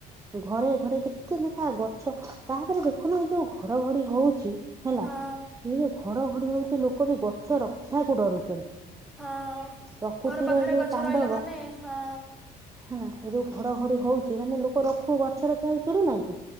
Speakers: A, on the right; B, in the centre.
A: ଘରେ ଘରେ କେତେ ଲେଖା ଗଛ। ତାପରେ ଦେଖୁନ ଏଇ ଯୋଉ ଘଡଘଡି ହଉଛି ହେଲା।
B: ହଁ
A: ଏଇ ଯୋଉ ଘଡଘଡି ହଉଛି ଲୋକ ବି ଗଛ ରକ୍ଷାକୁ ଡରୁଛନ୍ତି।
B: ହଁ।
A: ପ୍ରକୃତିର
B: ଘର ପାଖରେ
A: ଏଇ ଯୋଉ
B: ଗଛ
A: ତାଣ୍ଡବ
B: ରହିଲା ମାନେ ହଁ।
A: ହେଲା ଏ ଯୋଉ ଘଡଘଡି ହଉଛି, ମାନେ ଲୋକ ରଖୁ ଗଛ ରଖିବାକୁ ଖ୍ୟାଲ କରୁନାହାନ୍ତି।